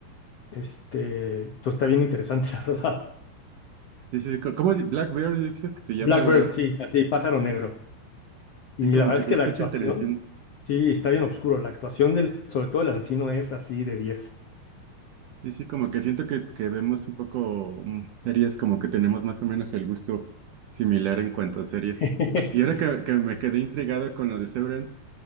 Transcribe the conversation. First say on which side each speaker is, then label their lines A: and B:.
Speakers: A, on the left; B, on the right.
A: Este, entonces está bien interesante, <laughs> la verdad.
B: Dices, ¿cómo Blackbeard dices que se llama,
A: Blackbird,
B: verdad?
A: sí, así, pájaro negro. Y
B: Sí, como
A: la verdad
B: que
A: es
B: se
A: que
B: escucha
A: la actuación,
B: interesante,
A: sí, está bien oscuro. La actuación del, sobre todo el asesino, es así de diez
B: Sí, sí, como que siento que, que vemos un poco mm, series, como que tenemos más o menos el gusto similar en cuanto a series.
A: <laughs>
B: Y ahora que, que me quedé intrigado con lo de Severance,